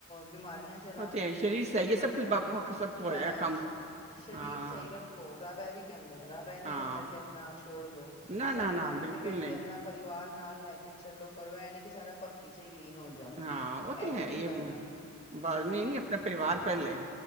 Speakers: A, on the left; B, on the right.
A: ਬਿਮਾਰੀਆਂ ਚਲਾ
B: ਉਹ ਤੇ
A: ਦੇ
B: ਹੈ, ਸਰੀਰ ਸਹੀ
A: ਕੀ ਮਤਲਬ,
B: ਹੈ ਸਭ ਕੁਝ ਬਾਪ- ਉਹ ਸਭ ਤੋਂ ਹੋਇਆ
A: ਬਸ
B: ਕੰਮ
A: ਸਰੀਰ
B: ਹਾਂ
A: ਸਹੀ ਰੱਖੋ ਰੱਬ ਇਹ ਵੀ ਕਹਿੰਦਾ, ਰੱਬ ਇਹ ਨੀ
B: ਹਾਂ
A: ਕਹਿੰਦਾ ਕਿ ਆਪਣਾ ਆਪ ਛੋੜ ਦੋ,
B: ਨਾ
A: ਸਾਡੀ
B: ਨਾ ਨਾ
A: ਬਾਣੀ
B: ਬਿਲਕੁਲ
A: ਏ ਤੇ ਕਹਿੰਦੀ
B: ਨਹੀਂ
A: ਆਪਣਾ ਪਰਿਵਾਰ ਨਾਲ ਲੈ ਕੇ ਚਲੋ ਕਰੋ, ਇਹ ਨੀ ਕਿ ਸਾਰਾ ਭਗਤੀ ਚ ਹੀ ਲੀਨ ਹੋ ਜਾਓ,
B: ਹਾਂ ਉਹ
A: ਇਹ
B: ਤੇ
A: ਵੀ
B: ਹੈ
A: ਨਹੀਂ
B: ਹੀ
A: ਕਰਨਾ
B: ਬਸ, ਨਹੀਂ ਨਹੀ ਆਪਣਾ ਪਰਿਵਾਰ ਪਹਿਲੇ।